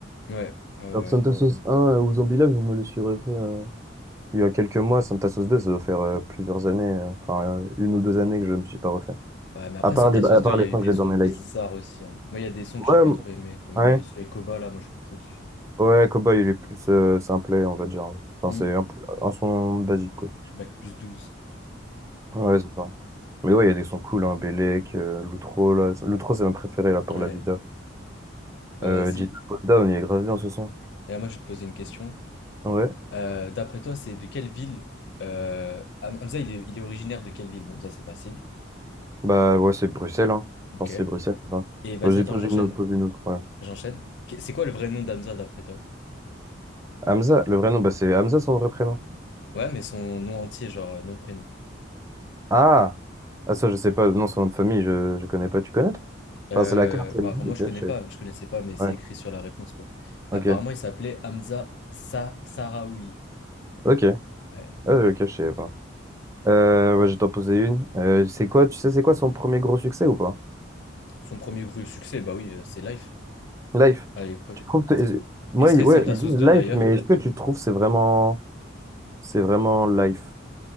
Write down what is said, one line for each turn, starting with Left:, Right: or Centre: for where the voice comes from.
Left: ouais. ouais, ouais.
Right: Alors que Santa Sauce un euh, ou Zombie Live, je me le suis refait. euh, Il y a quelques mois, Santa Sauce deux ça doit faire euh, plusieurs années, euh, enfin, euh, une ou deux années que je me suis pas refait.
Left: Ouais, mais après,
Right: À part
Left: Santa
Right: les,
Left: Sauce
Right: à part
Left: 2 il
Right: les
Left: y a
Right: sons
Left: eu des
Right: que j'ai
Left: sons
Right: dans mes
Left: bizarres
Right: likes.
Left: aussi. hein. Moi, il y a des sons
Right: Ouais,
Left: que j'ai pas
Right: m-
Left: trop aimés, comme
Right: ouais,
Left: euh, celui avec Koba, là, moi, j'ai pas trop kiffé.
Right: ouais, Cowboy, il est plus euh, simple, on va dire. Enfin,
Left: Hmm.
Right: c'est un, plus un son basique, quoi.
Left: Bac plus douze
Right: Ouais, c'est ça. Mais ouais, il y a des sons cool, hein, Bellec, euh, Loutro, là. Loutro, c'est ma préférée, là, pour
Left: Ouais,
Right: la vida.
Left: bah
Right: Euh,
Left: vas-y.
Right: Gita Down, il est grave bien ce son.
Left: Et là, moi, je vais te poser une question.
Right: Ouais.
Left: Euh, d'après toi, c'est de quelle ville euh... Ham- Hamza, il est, il est originaire de quelle ville? Bon, ça, c'est facile.
Right: Bah, ouais, c'est Bruxelles, hein. Je
Left: Ok.
Right: pense que c'est Bruxelles, c'est ça.
Left: Et vas-y,
Right: Bah, j'ai
Left: attends,
Right: posé
Left: j'enchaîne.
Right: une autre, posé une autre, ouais.
Left: J'enchaîne. Que- C'est quoi le vrai nom d'Hamza, d'après toi?
Right: Hamza, le vrai nom, bah, c'est Hamza, son vrai prénom.
Left: Ouais, mais son nom entier, genre euh, nom, prénom.
Right: Ah! Ah, ça, je sais pas, non, son nom de famille, je, je connais pas. Tu connais, toi?
Left: Euh,
Right: Enfin, c'est la carte, elle
Left: bah,
Right: dit,
Left: enfin, moi,
Right: ok,
Left: je connais
Right: je sais
Left: pas, je connaissais pas, mais c'est
Right: pas. Ouais,
Left: écrit sur la réponse, quoi.
Right: ok,
Left: Apparemment, il s'appelait Hamza Sa Sahraoui.
Right: ok.
Left: Ouais.
Right: Ah, ok, je sais pas. Euh, ouais, je vais t'en poser une. Euh, c'est quoi, tu sais, c'est quoi son premier gros succès ou pas?
Left: Son premier gros succès, bah oui, euh, c'est Life
Right: Life.
Left: à l'époque.
Right: Tu trouves que- ouais,
Left: Extrait
Right: ils- ouais,
Left: de Santa
Right: ils
Left: Sauce
Right: disent
Left: 2
Right: life,
Left: d'ailleurs.
Right: mais est-ce que tu trouves que c'est vraiment c'est vraiment life?